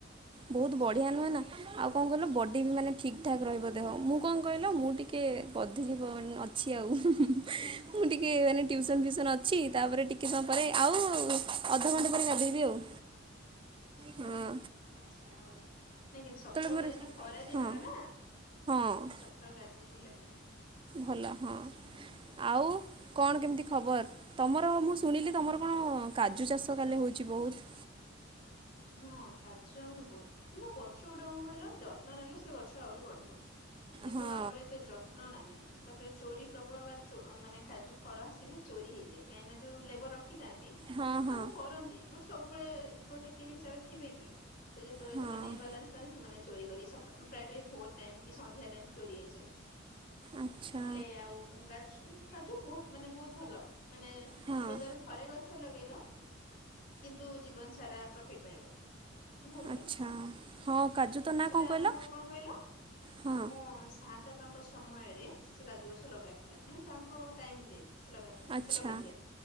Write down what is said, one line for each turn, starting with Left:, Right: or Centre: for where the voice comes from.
Right: ବହୁତ ବଢ଼ିଆ ନୁହେଁ ନା ଆଉ କଣ କଲ ବଡି ବି ମାନେ ଠିକ ଠିକ୍ ଠାକ୍ ରହିବ ଦେହ
Left: ହୁଁ
Right: ମୁଁ କଣ କହିଲ ମୁଁ ଟିକେ <unintelligible> ଅଛି ଆଉ ମୁଁ ଟିକେ ମାନେ ଟ୍ୟୁମର ଫ୍ୟୁସନ ଅଛି ତାପରେ ଟିକେ ସମୟ ପରେ ହଉ। ଅଧଘଣ୍ଟା
Left: ହୁଁ
Right: ପରେ ଗାଧୋଇବି ଆଉ। ହୁଁ।
Left: ଆଚ୍ଛା ହଉ ନାଇଁ କିନ୍ତୁ ସକାଳୁ
Right: ମୋର
Left: ଗା ଖରା ଦିନ
Right: ହଁ
Left: ଟା ନା
Right: ହଁ
Left: ସକାଳୁ ଗାଧେଇ ପଡିଲେ ଭଲ।
Right: ଭଲ ହଁ ଆଉ କଣ କେମିତି ଖବର ତମର ମୁଁ ଶୁଣିଲି ତମର କଣ କାଜୁ ଚାଷ କାଲି ହଉଛି ବହୁତ।
Left: ହଁ କାଜୁ ଆମର ବହୁତ କିନ୍ତୁ ଗଛ ଗୋଟେ କଣ କହିଲ ଯତ୍ନ ନେଲେ ସେ ଗଛ ଆହୁରି ବଢିବ। କିନ୍ତୁ
Right: ହଁ
Left: ଆମର ଏତେ ଯତ୍ନ ନାହିଁ। ତାପରେ ଚୋରି ପ୍ରବଳ ମାନେ କାଜୁ ଫଳ ଆସିଲେ ଚୋରି ହେଇଯାଏ କାହିଁକିନା ଯୋଉ ଲେବର ରଖିଥାନ୍ତି
Right: ହଁ
Left: ସେ
Right: ହଁ
Left: କାମ କରନ୍ତି ସବୁବେଳେ ପ୍ରୋଟ୍କେ ହିସାବରେ ଥିବେ କି? ଯେତେବେଳେ
Right: ହଁ
Left: ସେମାନେ ଇନବାଲାନ୍ସ ସେମାନେ ଚୋରି କରି ପ୍ରାୟ ଭୋର ଟାଇମ କି ସନ୍ଧ୍ୟା ଟାଇମ୍। ଚୋରି ହେଇଯାଏ
Right: ଆଚ୍ଛା
Left: ନହେଲେ ଆଉ କାଜୁ ବହୁତ ମାନେ ବହୁତ ଭଲ ମାନେ
Right: ହଁ।
Left: ତୁମେ ଧର ଥରେ ଗଛ ଲଗେଇଲ କିନ୍ତୁ ଜୀବନ ସାରା ପ୍ରଫିଟ ପାଇବ। ସେଟା ବହୁତ ଭଲ
Right: ଆଚ୍ଛା ହଁ କାଜୁ
Left: ହୁଁ
Right: ତ ନା
Left: ସେଟା
Right: କଣ କହିଲ?
Left: ଆମ କଣ କହିଲ
Right: ହଁ
Left: ଆମ ସାଆତାପାଙ୍କ ସମୟରେ ସେ କାଜୁ ଗଛ ଲଗା ହେଇଥିଲା ମାନେ ତାଙ୍କ ଟାଇମରେ ଲଗାହେଇଥିଲେ
Right: ଆଚ୍ଛା
Left: ସେ ଲଗେଇଥିଲେ